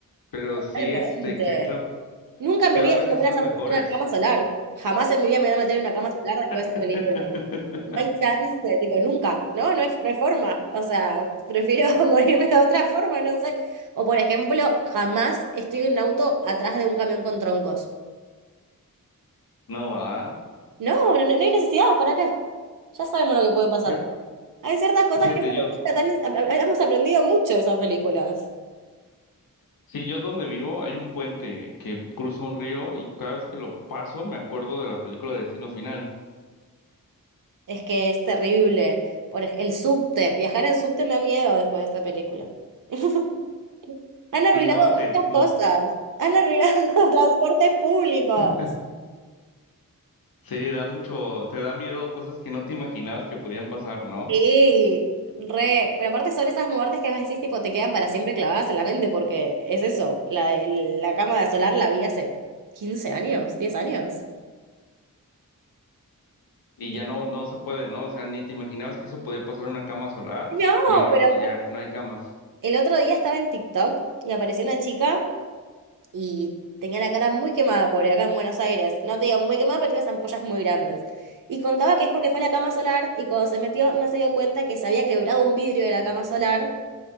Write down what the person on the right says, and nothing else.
<laughs>
realmente
Nunca en
mi vida
iba
a hacer
una cama solar. Jamás en mi vida me voy a meter en una cama solar después
de esa película. No hay chance, tipo, nunca, ¿no? No hay, no hay forma. O sea, prefiero <laughs> morirme de otra forma, no sé. O por ejemplo, jamás estoy en un auto atrás de un camión con troncos.
No, no, no no hay necesidad, ¿para qué? Ya sabemos lo que puede pasar.
Hay ciertas cosas
que esa
película tan es- a- a- hemos aprendido mucho de esas películas.
Es que es terrible. Por ej- el subte, viajar en subte me da miedo después de esta película. <laughs> Han arruinado
muchas
cosas. Han arruinado <laughs> transportes públicos.
Sí, re, pero aparte son esas muertes que vos decís, tipo, te quedan para siempre clavadas en la mente, porque es eso, la, el- la cama Solar la vi hace 15 años, 10 años.
Y-
No,
pero
aparte-
el otro día estaba en TikTok y apareció una chica y tenía la cara muy quemada, pobre, acá en Buenos Aires. No te digo muy quemada, pero tenía unas ampollas muy grandes. Y contaba que es porque fue a la cama solar y cuando se metió no se dio cuenta que se había quebrado un vidrio de la cama solar